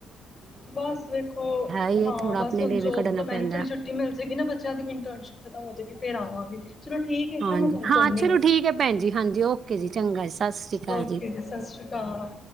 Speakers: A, on the left (about 25°); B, on the right (about 55°).
A: ਬਸ ਵੇਖੋ
B: ਹੀ ਹੈ
A: ਹਾਂ
B: ਥੋੜਾ
A: ਬਸ
B: ਆਪਣੇ
A: ਹੁਣ
B: ਲਈ ਵੀ
A: ਜੋਬ
B: ਕੱਢਣਾ
A: ਤੋਂ ਮੈਨੂੰ
B: ਪੈਂਦਾ
A: ਵੀ ਥੋੜੀ ਛੁੱਟੀ ਮਿਲ ਜਾਏਗੀ ਨਾ ਬੱਚਿਆਂ ਦੀ ਵੀ ਇੰਟਰਨਸ਼ਿਪ ਖਤਮ ਹੋ ਜਾਏਗੀ। ਫੇਰ ਆਵਾਂਗੇ। ਚਲੋ ਠੀਕ ਹੈ
B: ਹਾਂਜੀ
A: ਹੈ ਮੈਂ ਤੁਹਾਨੂੰ ਕਰਨੀ
B: ਚਲੋ
A: ਹਾਂ
B: ਠੀਕ ਹੈ ਭੈਣ ਜੀ ਹਾਂਜੀ ਓਕੇ ਜੀ ਚੰਗਾ ਜੀ ਸਤਿ ਸ੍ਰੀ ਅਕਾਲ
A: ਓਕੇ ਜੀ ਸਤਿ ਸ਼੍ਰੀ ਅਕਾਲ।